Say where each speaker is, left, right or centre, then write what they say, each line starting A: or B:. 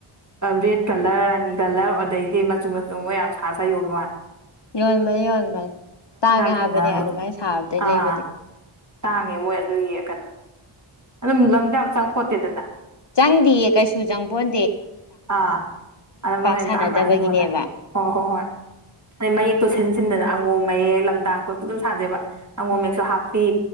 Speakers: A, on the right; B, on the left.
A: ꯔꯦꯗ ꯀꯂꯔ ꯔꯥꯅꯤ ꯀꯂꯔ ꯑꯗꯩꯗꯤ ꯃꯆꯨ ꯃꯆꯨ ꯃꫭꯏ ꯌꯥꯝ ꯁꯥ ꯁꯥ ꯌꯣꯕ ꯃꯥꯜꯂꯦ
B: ꯌꫭꯟꯕꯅꯤ ꯌꫭꯟꯕꯅꯤ ꯇꯥꯡꯉꯦ
A: ꯊꯦꯡꯅꯔꯝꯕ
B: ꯍꯥꯏꯕꯅꯦ ꯑꯗꯨꯃꯥꯏꯅ ꯁꯥꯕꯗꯩ
A: ꯑꯥ
B: ꯂꯩꯕꯗꯤ
A: ꯇꯥꯡꯉꯦ ꯃꯣꯏ ꯑꯗꯨꯒꯤ ꯀꯩꯅꯣꯗꯣ ꯑꯗꯨꯝ ꯂꯪꯗ ꯌꯥꯝ ꯆꯪ ꯈꯣꯠꯇꯦꯗꯅ
B: ꯆꯪꯗꯤꯌꯦ ꯀꯩꯁꯨ ꯆꯪꯕꯣꯟ
A: ꯑꯥ ꯑꯗ ꯃꯣꯏꯅ
B: ꯁꯥꯟꯅꯗꯕꯒꯤꯅꯦꯕ
A: ꯇꯥꯡ ꯇꯥꯡ ꯌꯣꯜꯂꯦꯕ ꯍꯣꯏ ꯍꯣꯏ ꯍꯣꯏ ꯑꯗꯩ ꯃꯌꯦꯛꯇꯣ ꯁꯤꯟ ꯁꯤꯟꯗꯅ ꯑꯉꯣ ꯃꯌꯦꯛ ꯂꯝꯗꯥꯡ ꯈꯠꯇ ꯑꯗꯨꯝ ꯁꯥꯗꯦꯕ ꯑꯪꯉꯣꯝ
B: ꯎꯝ
A: ꯃꯌꯦꯛꯁꯨ ꯍꯥꯞꯄꯤ